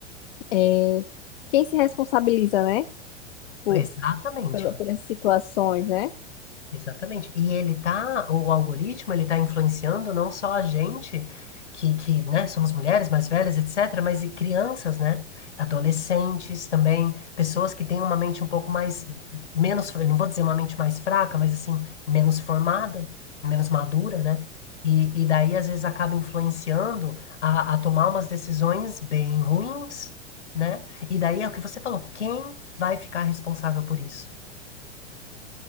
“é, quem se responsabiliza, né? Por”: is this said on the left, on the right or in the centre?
Left